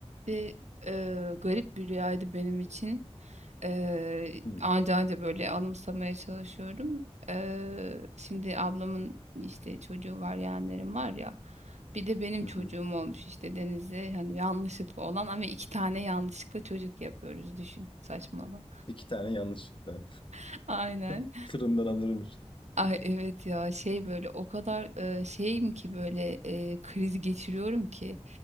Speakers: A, on the right (about 80°); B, on the left (about 50°).
A: Bir e, garip bir rüyaydı benim için. E,
B: Hımm.
A: anca anca böyle anımsamaya çalışıyorum. E, şimdi ablamın işte çocuğu var, yeğenlerim var ya. Bir de benim
B: Hı
A: çocuğum
B: hı.
A: olmuş işte Deniz'e hani yanlışlıkla olan ama iki tane yanlışlıkla çocuk yapıyoruz düşün saçmalama.
B: 2 tane yanlışlıkla.
A: <laughs> Aynen.
B: <laughs> Fırından alırmış gibi.
A: Ay evet ya şey böyle o kadar e, şeyim ki böyle e, kriz geçiriyorum ki